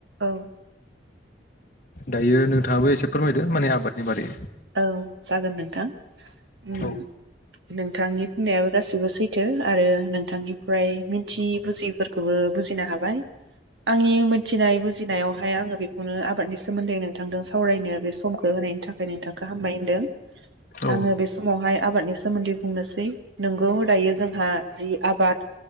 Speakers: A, on the right; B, on the left.
A: औ
B: दायो नोंथाङाबो एसे फोरमायदो माने आबादनि बारै
A: औ जागोन नोंथां उम
B: औ
A: नोंथांनि बुंनायाबो गासैबो सैथो आरो नोंथांनिफ्राय मिथियि बुजिफोरखौबो बुजिनो हाबाय आंनि मिथिनाय बुजिनायावहाय आङो बेखौनो आबादनि सोमोन्दै नोंथांजों सावरायनो बे समखौ होनायनि थाखाय नोंथां गाहामबाय होनदों
B: औ
A: आङो बे समावहाय आबादनि सोमोन्दै बुंनोसै नोंगौ दायो जोंहा जि आबाद